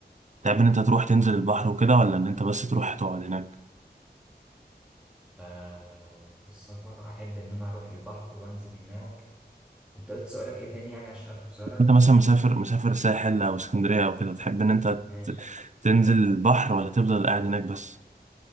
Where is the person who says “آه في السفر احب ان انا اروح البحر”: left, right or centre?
Centre